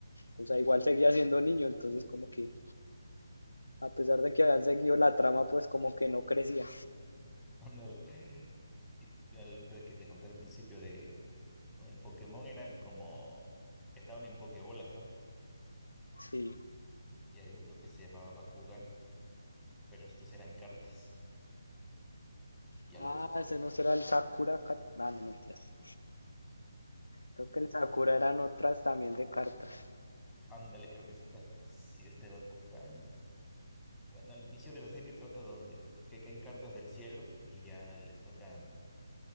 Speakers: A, on the left; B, in the centre.
A: o sea, igual seguía siendo niño, entonces como que, a pesar de que habían seguido la trama, pues como que no crecía.
B: <laughs> Ándale. Y al que te conté al principio de, el Pokémon eran como, estaban en Pokébolas, ¿no?
A: Sí.
B: Y hay otro que se llamaba Bakugan, pero estos eran cartas. Y
A: Ah,
B: ya luego se puede.
A: ese no será el Sakura Card. Ah, no mentiras. Creo que el Sakura eran otras también de cartas.
B: Ándale, creo que es otra. Sí, este Bakugan. Bueno, al inicio de la serie trata donde que caen cartas del cielo y ya les tocan